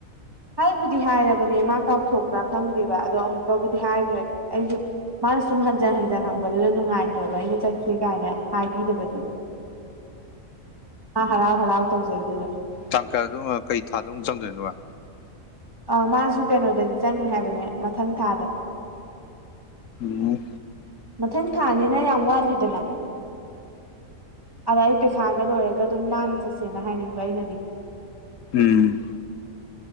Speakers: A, on the right (about 15°); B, on the left (about 70°).
A: ꯍꯥꯏꯕꯨꯗꯤ ꯍꯥꯏꯔꯕꯅꯦ ꯃꯥ ꯀꯥꯎꯊꯣꯛꯄ꯭ꯔꯥ ꯈꯪꯗꯦꯕ ꯑꯗꯣ ꯑꯃꯨꯛꯀꯕꯨꯗꯤ ꯍꯥꯏꯈ꯭ꯔꯒꯦ ꯑꯩꯁꯨ ꯃꯥꯅ ꯁꯨꯝ ꯍꯟꯖꯟ ꯍꯟꯖꯤꯟ ꯍꯪꯕꯗꯨꯗ ꯅꯨꯡꯉꯥꯏꯇꯕ ꯑꯩꯅ ꯆꯠꯁꯤ ꯀꯥꯏꯅ ꯍꯥꯏꯕꯤꯗꯕꯗꯨꯗ
B: <inaudible>
A: ꯑ ꯍꯔꯥꯎ ꯍꯔꯥꯎ ꯇꯧꯖꯩꯗꯨꯗ
B: ꯇꯥꯡ ꯑꯗꯨꯝ ꯀꯩ ꯊꯥꯗ ꯑꯃꯨꯛ ꯆꯪꯗꯣꯏꯅꯣꯕ
A: ꯑ ꯃꯥꯁꯨ ꯀꯩꯅꯣꯗꯗꯤ ꯆꯪꯅꯦ ꯍꯥꯏꯕꯅꯦ ꯃꯊꯪ ꯊꯥꯗ
B: ꯎꯝ
A: ꯃꯊꯪ ꯊꯥꯅꯤꯅ ꯌꯥꯝ ꯋꯥꯠꯂꯤꯗꯅ ꯑꯗ ꯑꯩ ꯄꯩꯁꯥꯒ ꯂꯣꯏꯔꯒ ꯑꯗꯨꯝ ꯅꯥꯟꯅ ꯆꯠꯁꯦꯅ ꯍꯥꯏꯅꯤꯡꯕ ꯑꯩꯅꯗꯤ
B: ꯎꯝ